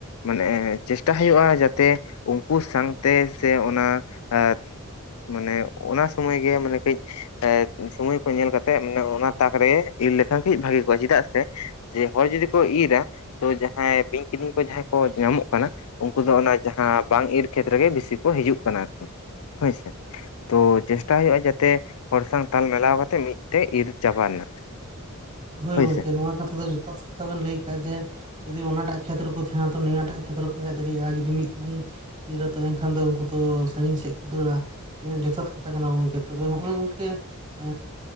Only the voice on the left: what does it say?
ᱢᱟᱱᱮ ᱪᱮᱥᱴᱟ ᱦᱩᱭᱩᱜᱼᱟ ᱡᱟᱛᱮ ᱩᱱᱠᱩ ᱥᱟᱝᱛᱮ ᱥᱮ ᱚᱱᱟ ᱮ ᱢᱟᱱᱮ ᱚᱱᱟ ᱥᱳᱢᱳᱭ ᱜᱮ ᱢᱟᱱᱮ ᱠᱟᱹᱡ ᱥᱳᱢᱳᱭ ᱠᱚ ᱧᱮᱞ ᱠᱟᱛᱮᱜ ᱚᱱᱟ ᱛᱟᱠ ᱨᱮ ᱤᱨ ᱞᱮᱠᱷᱟᱱ ᱠᱟᱹᱡ ᱵᱷᱟᱹᱜᱮ ᱠᱚᱜᱼᱟ ᱪᱮᱫᱟᱜ ᱥᱮ ᱡᱮ ᱦᱚᱲ ᱡᱩᱫᱤ ᱠᱚ ᱤᱨᱟ ᱛᱚ ᱡᱟᱦᱟᱸᱭ ᱵᱤᱧ ᱠᱤᱫᱤᱧ ᱠᱚ ᱡᱟᱦᱟᱸᱭ ᱠᱚ ᱧᱟᱢᱚᱜ ᱠᱟᱱᱟ ᱩᱱᱠᱩ ᱫᱚ ᱚᱱᱟ ᱡᱟᱦᱟᱸ ᱵᱟᱝ ᱤᱨ ᱠᱷᱮᱛ ᱨᱮ ᱜᱮ ᱵᱮᱥᱤ ᱠᱚ ᱦᱤᱡᱩᱜ ᱠᱟᱱᱟ ᱟᱨᱠᱤ ᱦᱳᱭᱥᱮ ᱛᱚ ᱪᱮᱥᱴᱟ ᱦᱳᱭᱳᱜᱼᱟ ᱡᱟᱛᱮ ᱦᱚᱲ ᱥᱟᱝ ᱛᱟᱞ ᱢᱮᱞᱟᱣ ᱠᱟᱛᱮ ᱢᱤᱫ ᱛᱮ ᱤᱨ ᱪᱟᱵᱟ ᱨᱮᱱᱟᱜ <inaudible>
ᱦᱳᱭᱥᱮ